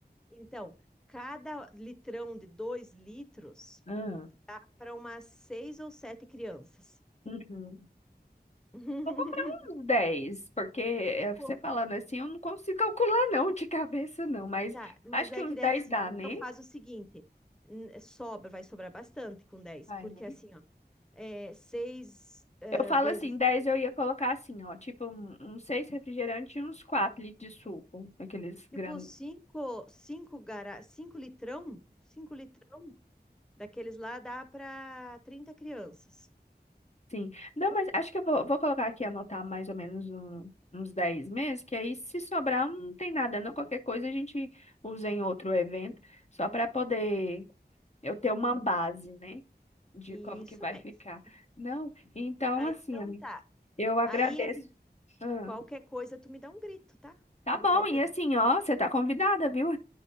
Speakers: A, in the centre; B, on the left.
A: Então, cada litrão de 2 litros
B: Ah,
A: dá para umas 6 ou 7 crianças.
B: uhum.
A: <laughs>
B: Vou comprar uns 10, porque é,
A: Com-
B: você falando assim eu não consigo calcular não de cabeça não, mas
A: Tá, mas
B: acho que
A: é
B: uns
A: que daí
B: 10
A: assim,
B: dá,
A: então
B: né?
A: faz o seguinte, n- sobra, vai sobrar bastante com dez
B: Vai,
A: porque
B: né?
A: assim, é, seis eh,
B: Eu falo
A: vezes,
B: assim, 10 eu ia colocar assim, ó, tipo um- uns 6 refrigerantes e uns 4 litros de suco, aqueles
A: tipo
B: grandes.
A: cinco, cinco, gara, cinco litrão, cinco litrão daqueles lá dá para 30 crianças.
B: Sim. Não, mas acho que eu vou, vou colocar aqui, anotar mais ou menos um- uns 10 meses, que aí se sobrar não tem nada, não. Qualquer coisa a gente usa em outro evento, só para poder eu ter uma
A: Uhum.
B: base, né, de
A: Isso
B: como que vai
A: mesmo.
B: ficar. Não, então
A: Ah,
B: assim,
A: então
B: amiga,
A: tá.
B: eu agradeço.
A: Aí, assim,
B: Ah,
A: qualquer coisa tu me dá um grito, tá?
B: tá
A: Em
B: bom,
A: Qualquer
B: e
A: dúvida.
B: assim, ó, você tá convidada, viu?